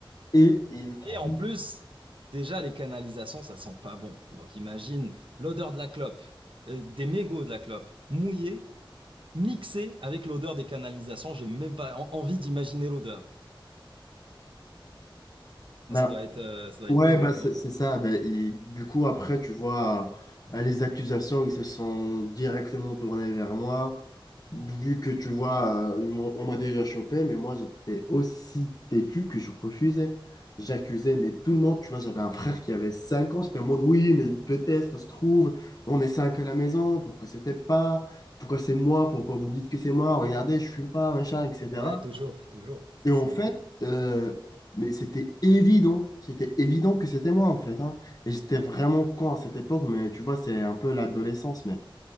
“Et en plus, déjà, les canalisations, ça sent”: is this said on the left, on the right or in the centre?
Right